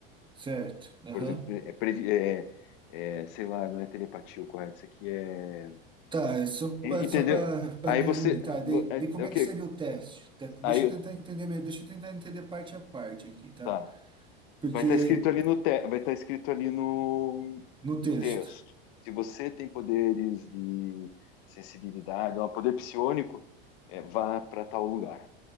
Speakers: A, on the right; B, on the left.
A: Certo, aham.
B: por exemplo, é, previ- é, é, sei lá, não é telepatia o correto, isso aqui é,
A: Tá, é só para
B: en- entendeu?
A: só para
B: Aí você,
A: resumir, tá?
B: vo-
A: De, de
B: é,
A: como
B: é o
A: é
B: que?
A: que seria o teste? Tá, Deixa
B: Aí,
A: eu tentar entender, me- deixa eu tentar entender parte a parte aqui, tá?
B: tá.
A: Porque
B: Vai estar escrito ali no te... vai estar escrito ali no...
A: no texto,
B: no texto. Se você tem poderes de sensibilidade, é um poder psiônico, é, vá para tal lugar,